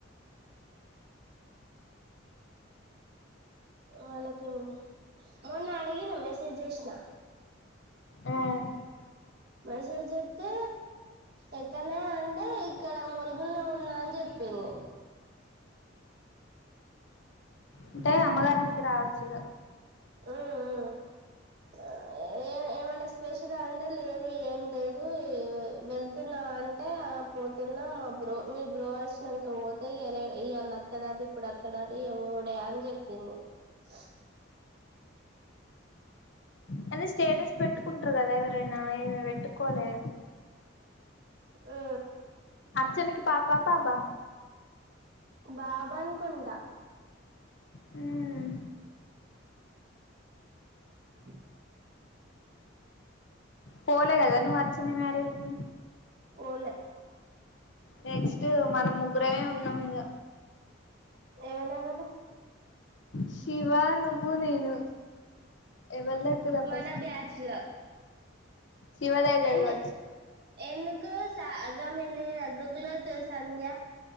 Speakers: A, on the right; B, on the left.
A: వాళ్ళకా మొన్న అడిగిన మెసేజ్ చేసిన
B: ఉమ్.
A: మసేజ చేస్తే ఎక్కనే అంటే ఇక్కడ ములుగులో ఉన్నా అని చెప్ప చెప్పింది
B: అంటే అమ్మగారింటికి రావచ్చు ఇక
A: మ్మ్ మ్మ్ ఏ ఏ ఏమో ఏమన్నా స్పెషల్ ఆ అంటే లేదు ఏం లేదు వెళ్తున్నా అంటే ఆ పోతున్నాం మా బ్రో మీ బ్రో వచ్చినాక పోతే ఇగరే ఇయ్యాల అత్తడంట ఇప్పుడు అత్తడంట ఇగ పోవుడే అని చెప్పింది చెపింది
B: కానీ స్టేటస్ పెట్టుకుంటారు కదా ఎవరైనా ఇమ్మ పెట్టుకోలే
A: ఆ
B: అర్చనకి పాప బాబా
A: బాబనుకుంటా
B: హ్మ్మ్
A: బ
B: పోలే కదా ను అర్చ్చన మ్యారేజ్కి
A: పోలే
B: నెక్స్ట్ మనం ముగ్గురమే ఉన్నాం ఇగా
A: ఎలేలేవ్
B: శివ నువ్వు నేను ఎవళ అవుతుదా ఫస్ట్
A: మన బ్యాచ్ లో
B: శివదయ చదవచ్చు
A: ఎందు ఎందుకు సా గామే లేదా గుగ్లోత్ సంధ్య